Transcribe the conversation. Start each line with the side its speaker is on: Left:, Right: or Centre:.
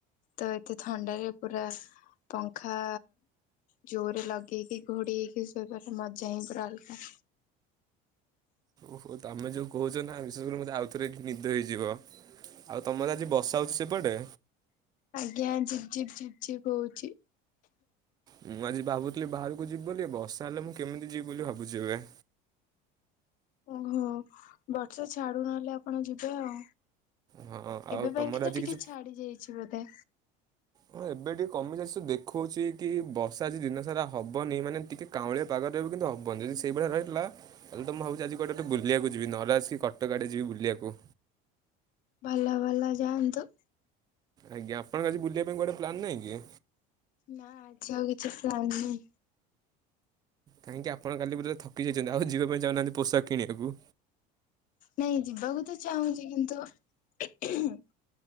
Left: ତ ଏତେ ଥଣ୍ଡାରେ ପୁରା ପଙ୍ଖା ଜୋରରେ ଲଗେଇକି ଘୋଡେଇ ହେଇକି ଶୋଇବାର ମଜା ହିଁ ପୁରା ଅଲଗା।
Right: ଓହୋ ତମେ ଯୋଉ କହୁଛ ନା ବିଶେଷ କରି ମତେ ଆଉଥରେ ଏଠି ନିଦ ହେଇଯିବ। ଆଉ ତମର ଆଜି ବର୍ଷା ହଉଛି ସେପଟେ।
Left: ଆଜ୍ଞା ଝିପ୍ ଝିପ୍ ଝିପ ଝିପ୍ ହୋଉଛି।
Right: ମୁଁ ଆଜି ଭାବୁଥିଲି ବାହାରକୁ ଯିବି ବୋଲି ବର୍ଷା ହେଲେ ମୁଁ କେମିତି ଯିବି ବୋଲି ଭାବୁଛି ଏବେ।
Left: ଓହୋ ବର୍ଷା ଛାଡୁ ନହେଲେ ଆପଣ ଯିବେ ଆଉ
Right: ହଁ ଆଉ
Left: ଏବେ
Right: ତମର
Left: ପାଇଁକି ତ
Right: ଆଜି
Left: ଟିକେ
Right: କିଛି
Left: ଛାଡି ଯାଇଛି ବୋଧେ
Right: ହଁ ଏବେ ଟିକେ କମି ଯାଇଚି ସୋ ଦେଖଉଛି କି ବର୍ଷା ଆଜି ଦିନ ସାରା ହବନି ମାନେ ଟିକେ। କାଉଁଳିଆ ପାଗରେଏବେ କିନ୍ତୁ ହବନ ଯଦି ସେଇଭଳିଆ ରହିଲଥିଲା। ତାହେଲେ ତ ମୁ ଭାବୁଛି ଆଜି କୁଆଡେ ଗୋଟେ ବୁଲିବାକୁ ଯିଵୀ ନହେଲେ ଆସିକି କଟକ ଆଡେ ଯିବି ବୁଲିବାକୁ।
Left: ଭଲ ଭଲ ଯାଆନ୍ତୁ।
Right: ଆଜ୍ଞା ଆପଣ ଙ୍କ ଆଜି ବୁଲିବା ପାଇଁ କୁଆଡେ ପ୍ଳାନ୍ ନାହିଁ କି?
Left: ନାଁ ଆଜି ଆଉ କିଛି ପ୍ଲାନ ନାହିଁ।
Right: କାହିଁକି ଆପଣ କାଲି ବୋଧେ ଥକି ଯାଇଛନ୍ତି ଆଉ ଯିବା ପାଇଁ ଚାହୁନାହାନ୍ତି ପୋଷାକ କିଣିବାକୁ।
Left: ନାଇଁ ଯିବାକୁ ତ ଚାହୁଁଛି କିନ୍ତୁ <unintelligible>